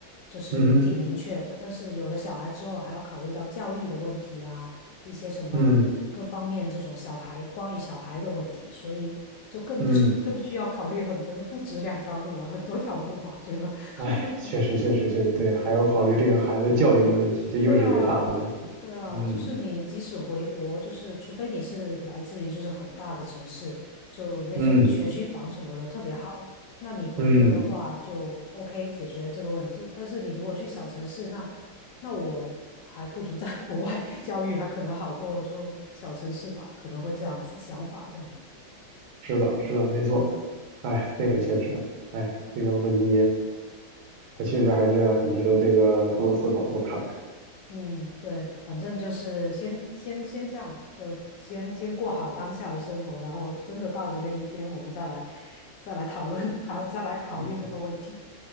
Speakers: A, on the left; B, on the right.
A: 就是挺明确的。
B: 嗯
A: 但是有了小孩之后，还要考虑到教育的问题啊，一些什么各方面这种小孩关于小孩的问题，
B: 嗯
A: 所以就更
B: 嗯，
A: <laughs> 更需要考虑很多，就不止两条路了，很多条路吧，觉得。<laughs>
B: 哎，确实确实确实对，还要考虑这个孩子教育的问题，这又是一个大的问题。
A: 对啊，对啊，
B: 嗯
A: 就是你即使回国，就是除非你是来自于就是很大的城市，就那种学区房什么的特别好，
B: 嗯
A: 那你回国的话就
B: 嗯，
A: OK 解决这个问题。但是你如果去小城市，那那我还不如在 <laughs> 国外教育还可能好过就小城市吧，可能会这样子想法这样。
B: 是的，是的，没错。
A: 嗯
B: 哎，
A: 嗯。
B: 这个确实，哎，这个问题。它确实还是很值得这个多思考、多看看。
A: 嗯，对，反正就是先先先这样吧，就先先过好当下的生活，然后真的到了那一天，我们再来再来讨论，<laughs> 还有再来考虑这个问题。
B: 嗯